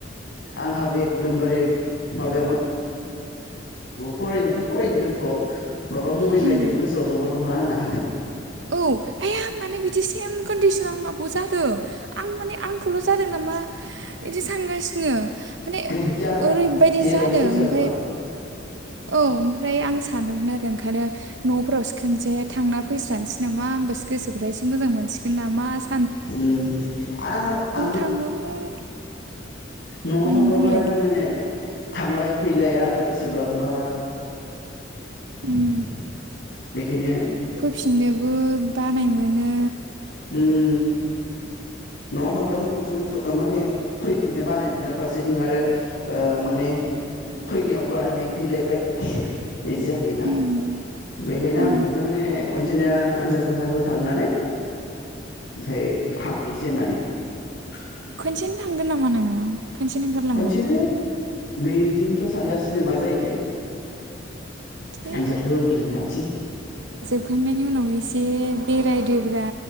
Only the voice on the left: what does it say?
आंहाबो दमबारे माबा
फरायनोथ' फरायनो दोनथ' माबा मबाइल
नायनोबो गोसोआव जबारलांला आंना
गैया
जेरावबो
गोसो
सान्ज'आ
उम आरो आंबो
न'आव
थांबाबो
आरो माने थांलाय फैल लाया आरो बेसेबांबा
<inaudible> बेखायनो
उम न'आव थांबाथाय खनसेनो फै माने फैफिननो बानाय मोनो फारसेथिं आरो ओ माने फैनायावबो आरो मेंफैलायबाय इदि जाहैयोना
बेखायनो
आं सानबाय माने खनसेनो आनजाद सानजाद होखांनानै ओमफाय थांनोसै होननानै <inaudible>
खनसेनो बिदिनोथ' सानगासि <unintelligible> मा जायोथाय
आनजादखौ होग्रोना लानोसै